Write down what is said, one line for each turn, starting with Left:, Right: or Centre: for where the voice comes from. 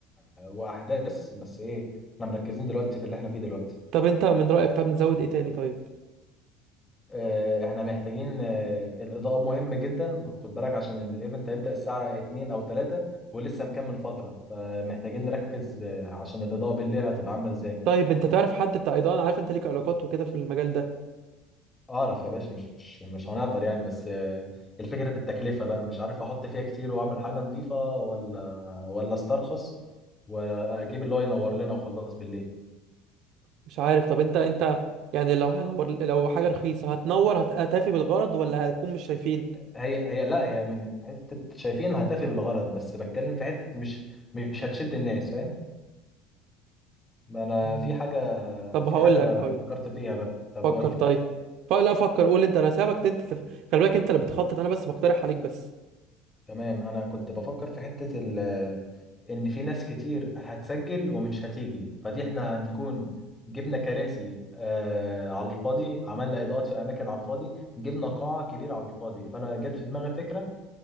Left: واحداث بس ايه احنا مركزين دلوقتي في اللي احنا فيه دلوقتي
Right: طب انت من رأيك طب نزود ايه تاني طيب
Left: اه، احنا محتاجين اه، الاضاءة مهمة جدا خد بالك عشان الايفنت هيبدأ الساعة 2 او 3 ولسه مكمل فترة فمحتاجين نركز اه، عشان الاضاءة بالليل هتبقى عاملة ازاي
Right: طيب انت تعرف حد بتاع اضاءة انا عارف انت ليك علاقات وكده في المجال ده
Left: اعرف يا باشا مش مش مش هنعطل يعني بس آه، الفكره في التكلفه بقى مش عارف احط فيها كتير واعمل حاجه نظيفه ولا ولا استرخص واجيب اللي هو ينور لنا وخلاص بالليل
Right: مش عارف طب انت انت يعني لو هنور لو حاجة رخيصة هتنور هت- هتفي بالغرض ولا هتكون مش شايفين
Left: هي هي لا هي من حته شايفين هتفي بالغرض بس بتكلم في حته مش مش هتشد الناس فاهم ما انا
Right: مم.
Left: في حاجه
Right: طب
Left: في
Right: هقول
Left: حاجه
Right: لك هقول
Left: فكرت
Right: لك
Left: فيها بقى طب
Right: فكر
Left: قول
Right: طيب ف... لا فكر قول انت انا سابك انت تف... خلي بالك انت اللي بتخطط انا بس بقترح عليك بس
Left: تمام انا كنت بفكر في حتة ال ان في ناس كتير هتسجل ومش هتيجي فدي احنا هنكون جبنا كراسي آه على الفاضي عملنا اضاءات في اماكن على الفاضي جبنا قاعة كبيرة على الفاضي فانا جت في دماغي فكرة